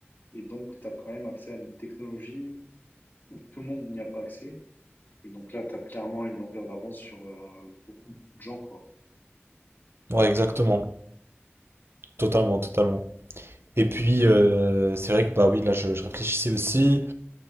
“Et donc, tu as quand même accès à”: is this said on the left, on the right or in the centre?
Left